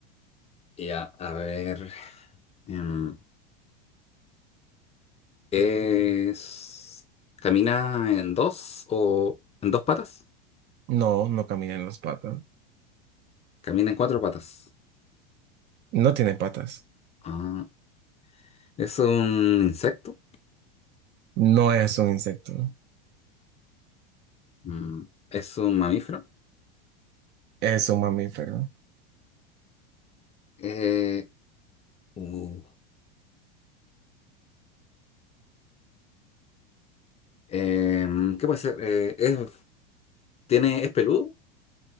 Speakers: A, on the left (about 20°); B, on the right (about 35°).
A: Ya, a ver. mm, es. ¿Camina en dos o en dos patas?
B: no, no camina en las patas.
A: Camina en cuatro patas.
B: No tiene patas.
A: Ah, ¿es un insecto?
B: No es un insecto.
A: Mm, ¿es un mamífero?
B: Es un mamífero.
A: Eh, uh, em, ¿qué puede ser? Eh, ¿es, tiene, es peludo?